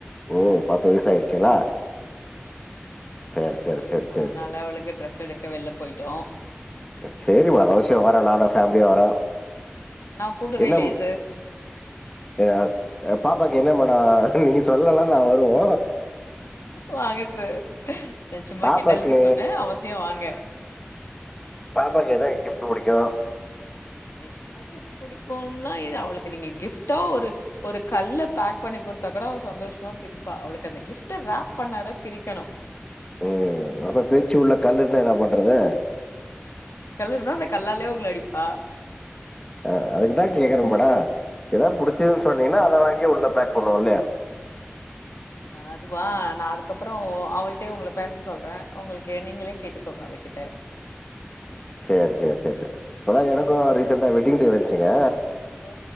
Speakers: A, on the left; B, on the left.
A: ஓ பத்து வயசு ஆயிடுச்சுங்களா சேரி சேரி சேரி சேரி
B: அதுனால அவளுக்கு ட்ரெஸ் எடுக்க வெள்ல போயிட்டோ
A: சேரிம்மா அவசியோ வரோ நானு ஃபேம்லியா வரோ
B: நா கூப்டவே
A: என்னம்
B: இல்லயே சார்
A: ஏ பாப்பாக்கு என்ன மேடோ நீங்க சொல்லல்லா நா வருவோ
B: வாங்க சார் நா சும்மா
A: பாப்பாக்கு
B: கிண்டலுக்கு சொன்னே அவசியோ வாங்க
A: பாப்பாக்கு என்ன கிப்ட் புடிக்கு
B: என்ன கிஃப்ட் புடிக்குன்னா இது அவளுக்கு நீங்க கிஃப்டா ஒரு ஒரு கல்ல பேக் பண்ணி குடுத்தா கூட அவ சந்தோஷமா பிரிப்பா அவளுக்கு அந்த கிஃப்ட் ராப் பண்ணார பிரிக்கணு
A: உம் அப்ப பீச்சு உள்ள கல்லு இருந்தா என்ன பண்றது
B: கல் இருந்தா அந்த கல்லாலே உங்கள அடிப்பா
A: அஹ் அதுக்குதா
B: ம்
A: கேக்கற மேடோ எதா புடிச்சிதுன்னு சொன்னீங்கன்னா அத வாங் அங்கே உள்ள பேக் பண்ணுவோ இல்லையா
B: அதுவா நா அதுக்கப்றோ அவள்டே உங்கள பேச சொல்றே உங்களுக்கு நீங்களே கேட்டுக்கோங்க அவ கிட்ட
A: சேரி சேரி சேரி இப்பதா
B: ம்
A: எனக்கு ரீசண்டா வெட்டிங் டே வந்துச்சுங்க
B: ஓ